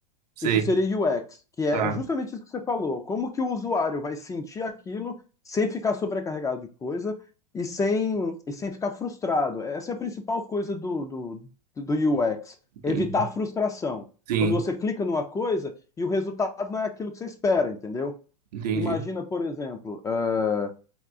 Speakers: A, on the right (about 75°); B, on the left (about 15°).
A: Sei,
B: Isso seria UX, que é
A: tá,
B: justamente isso que você falou. Como que o usuário vai sentir aquilo sem ficar sobrecarregado de coisa e sem, e sem ficar frustrado? Essa é a principal coisa do, do, do UX,
A: entendi.
B: evitar frustração.
A: Sim,
B: Quando você clica numa coisa e o resultado não é aquilo que você espera, entendeu?
A: entendi.
B: Imagina, por exemplo, eh,